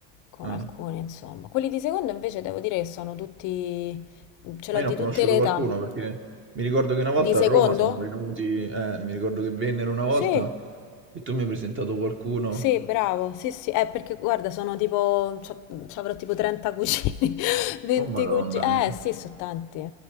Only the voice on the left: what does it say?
con
alcuni, insomma. Quelli di secondo invece devo dire che sono tutti, ce
l'ho
di
tutte le
età.
Di secondo?
Sì.
Sì, bravo, sì, sì, eh, perché guarda, sono tipo, c'ho- c'avrò tipo 30 cugini, <laughs> 20
cugini,
eh sì, sono tanti.